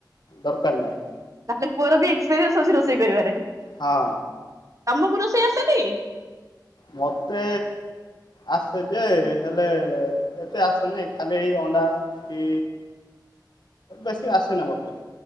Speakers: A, on the left (about 70°); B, on the right (about 45°).
A: ଦରକାର ନାହିଁ।
B: ତାହେଲେ ପୁଅର ବି ଏକ୍ପିରିଏନ୍ସ ଅଛି ରୋଷେଇ କରିବାରେ।
A: ହଁ।
B: ତମକୁ ରୋଷେଇ ଆସେଟି?
A: ମତେ ଆସେ ଯେ ହେଲେ ଏତେ ଆସେନି ଖାଲି ଏଇ ଅଣ୍ଡା କି ବେଶି ଆସେ ନା ମୋତେ।